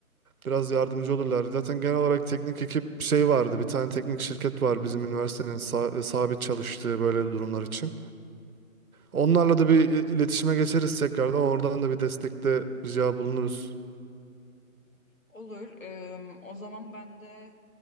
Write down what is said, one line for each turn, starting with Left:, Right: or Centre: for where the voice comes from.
Right: Biraz yardımcı olurlar. Zaten genel olarak teknik ekip şey vardı. Bir tane teknik şirket var bizim üniversitenin sa- e, sabit çalıştığı böyle durumlar için. Onlarla da bir i- iletişime geçeriz tekrardan. Oradan da bir destekte rica bulunuruz.
Left: Olur. Eee, o zaman ben de